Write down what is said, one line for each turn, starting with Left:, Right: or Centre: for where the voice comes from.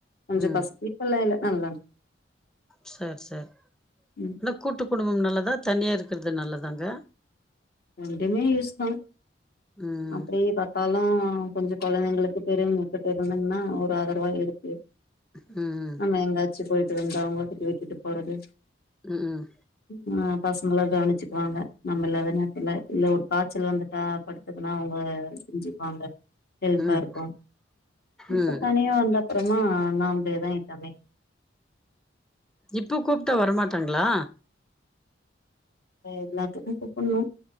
Left: கொஞ்சோ
Centre: ம்
Left: ஃபஸ்ட்டு அப்புல்லா இல்ல நல்லா
Centre: சேர் சேர்
Left: ம்
Centre: இல்ல கூட்டு குடும்பம் நல்லதா தனியா இருக்கறது நல்லதாங்க
Left: ரெண்டுமே யூஸ்தா
Centre: ம்
Left: அப்டேபா பாலூ கொஞ்சோ கொழந்தைங்களுக்கு பெரியவ்ங்க கிட்ட இருந்தம்ன்னா ஒரு ஆதரவா இருக்கு
Centre: ம்
Left: நம்ம எங்காச்சு போய்ட்டு வந்தா அவுங்ககிட்ட விட்டுட்டுபோறது
Centre: ம்
Left: ம் பசங்களா கவனிச்சுக்குவாங்க நம்ம இல்லாத நேரத்துல இல்ல ஒரு காச்சல் வந்துட்டா படு னா அவுங்க செஞ்சுக்வாங்க ஹெல்ப்பா
Centre: ம்
Left: இருக்கு இப்ப
Centre: ம்
Left: தனியா வந்தா அப்றோமா நாம்லேதா எல்லமே
Centre: இப்ப கூப்ட்டா வரமாட்டாங்ளா
Left: அ எல்லாத்துக்கு கூப்பட்ணு